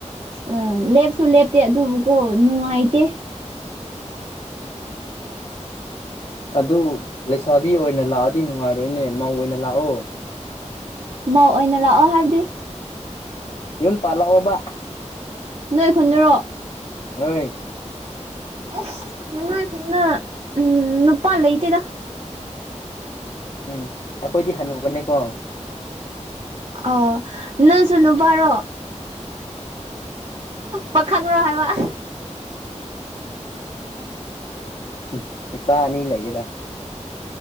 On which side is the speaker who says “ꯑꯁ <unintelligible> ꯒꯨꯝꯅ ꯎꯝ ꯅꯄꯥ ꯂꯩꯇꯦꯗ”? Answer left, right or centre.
Right